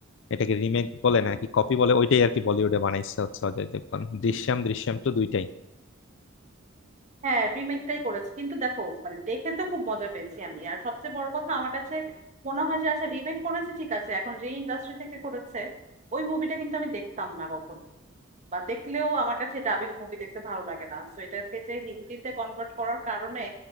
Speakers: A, on the left; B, on the right.
A: এটাকে রিমেক বলে নাকি কপি বলে ওইটাই আর কি বলিউডে বানাইছে হচ্ছে অজয় দেবগন দৃশ্যম দৃশ্যম টু দুইটাই
B: হ্যাঁ রিমেকটাই করেছে কিন্তু দেখো মানে দেখে তো খুব মজা পেয়েছি আমি আর সবচেয়ে বড় কথা আমার কাছে মনে হয় যে আচ্ছা রিমেক করেছে ঠিক আছে এখন যে ইন্ডাস্ট্রি থেকে করেছে ওই মুভিটা কিন্তু আমি দেখতাম না কখনো বা দেখলেও আমার কাছে ডাবিং মুভি দেখতে ভালো লাগে না তো এটাকে যে হিন্দিতে কনভার্ট করার কারণে